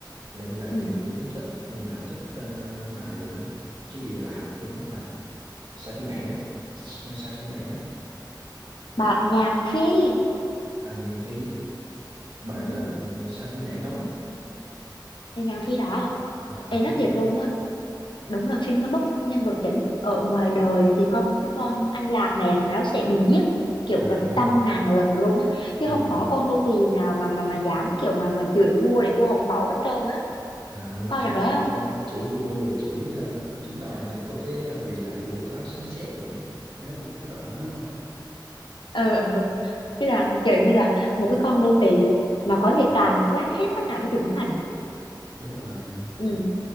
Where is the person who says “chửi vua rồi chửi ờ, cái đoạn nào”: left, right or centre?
Right